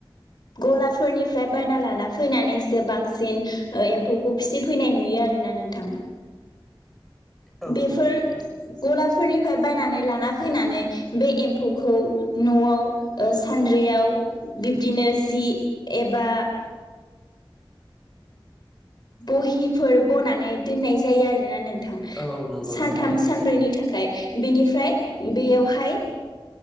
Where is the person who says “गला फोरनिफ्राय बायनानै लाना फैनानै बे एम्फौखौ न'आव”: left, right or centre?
Left